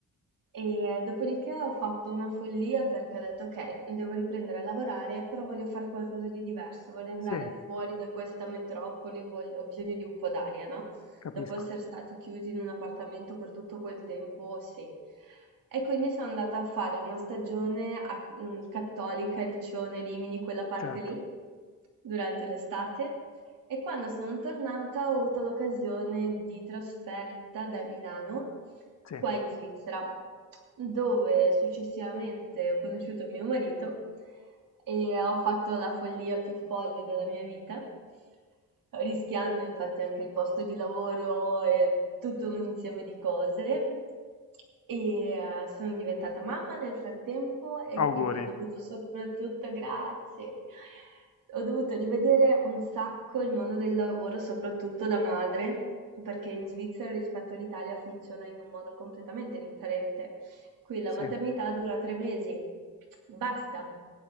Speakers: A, on the right; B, on the left.
A: E eh, dopodiché ho fatto una follia perché ho detto ok, devo riprendere a lavorare, però voglio fare qualcosa di diverso, voglio andare
B: sì,
A: fuori da questa metropoli, voglio- ho bisogno di un po' d'aria, no?
B: capisco,
A: dopo essere stati chiusi in un appartamento per tutto quel tempo, sì. E quindi sono andata a fare una stagione a mh, Cattolica, Riccione, Rimini, quella parte
B: certo,
A: lì, durante l'estate. E quando sono tornata ho avuto l'occasione di trasferta da Milano
B: sì.
A: qua in Svizzera, dove successivamente ho conosciuto mio marito e ho fatto la follia più folle della mia vita, rischiando infatti anche il posto di lavoro e tutto un insieme di cose. E, ehm, sono diventata mamma nel frattempo e
B: Auguri,
A: quindi ho dovuto soprattutto grazie. Ho dovuto rivedere un sacco il mondo del lavoro, soprattutto da madre, perché in Svizzera rispetto all'Italia funziona in un modo completamente differente. Qui la
B: sì,
A: maternità dura tre mesi. Basta.